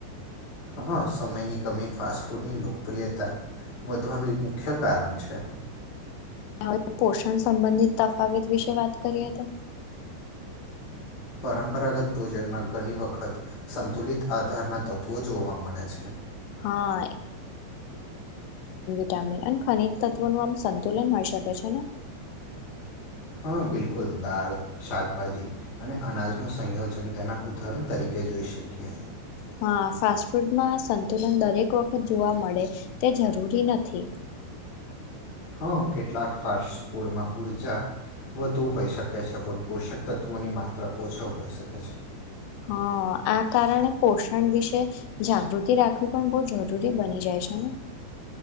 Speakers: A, on the left (about 65°); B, on the left (about 85°).
A: હા સમયની કમી ફાસ્ટ ફૂડની લોકપ્રિયતા વધવાનું એક મુખ્ય કારણ છે.
B: હવે પોષણ સંબંધિત તફાવત વિશે વાત કરીએ તો
A: પરંપરાગત ભોજનમાં ઘણી વખત સંતુલિત આધારના તત્વો જોવા મળે છે.
B: હા વિટામન અને ખનીજ તત્વો નુ આમ સંતુલન હોય શકે છે ને
A: હા બિલકુલ દાળ શાકભાજી અને અનાજ સંયોજન તેના ઉદાહરણ તરીકે જોઈ શકીએ.
B: હા ફાસ્ટ ફૂડમાં સંતુલન દરેક વ જોવા મળે તે જરૂરી નથી.
A: હા કેટલાક ફાસ્ટ ફૂડમાં ઉર્જા વધુ હોઈ શકે છે પણ પોષક તત્વોની માત્રા ઓછા હોઈ શકે છે.
B: હા આ કારણે પોષણ વિશે જાગૃતિ રાખવી પણ બો જરૂરી બની જાય છે ને